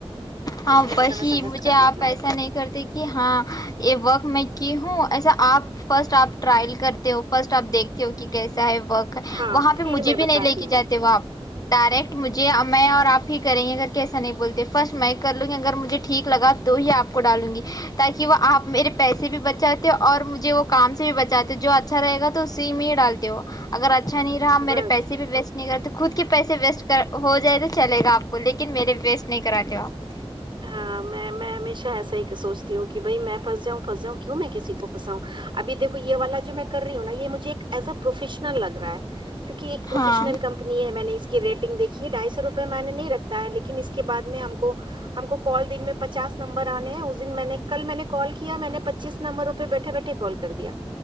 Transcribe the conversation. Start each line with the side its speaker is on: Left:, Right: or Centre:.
Left: ہاں
Right: اسی لیے میں
Left: وہی
Right: تمہیں سجیسٹ
Left: مجھے
Right: کر
Left: آپ
Right: دیتی ہوں
Left: ایسا نہیں کرتے کہ ہاں یہ وورک میں کی ہوں ایسا آپ فرسٹ آپ ٹرائل کرتے ہو فرسٹ آپ دیکھتے ہو کہ کیسا ہے ورک ہے
Right: ہاں
Left: وہاں
Right: پھر
Left: پہ مجھے
Right: میں
Left: بھی
Right: بتاتی
Left: نہیں لے کے
Right: ہوں
Left: جاتے وہ آپ ڈائریکٹ مجھے میں اور آپ ہی کریں ا ایسا نہیں بولتے فرٹ مائک کر لوں گی اگر مجھے ٹھیک لگا تو ہی آپ کو ڈالوں گی تاکہ وہ آپ میرے پیسے بھی بچاتے اور مجھے وہ کام سے بھی بچاتے جو آ اچھا رہےا اسی میں ہی ڈالتے ہو اگر آ اچھا نہیں رہا مے
Right: بس
Left: پیسے بھی ویسٹ نہیں کر تو خود کے پیسے ویسٹ کر ہو جائے تو چلے گا آپ کو لیکن میرے ویسٹ نہیں کراتے ہو آپ
Right: ہاں میں میں ہمیشہ ایسا ہی سوچتی ہوں کہ بھائی میں پھس جاؤں پنس جاؤں کیوں میں کسی کوھنساؤںب دیکو یہ والا جو میں کر رہی ہوں ن یہ مجھے ایک ایز ا پروفیشنل لگ رہا ہے کیونکہ ایک پروفیشنل
Left: ہاں
Right: کمپنی ہے میں نے اس کی ریٹنگ دیکھیے ڈھائی سو روپئے میں نے نہیں رکھتا ہے لیکن اس کے بد میں ہم کو ہم کو کال دن میں پچاس نمبر آنے ہیں اس دن میں نے کل میں نے کال کیا میں نے پچیس نمبروں پہ بیٹھے بیٹھے کال کر دیا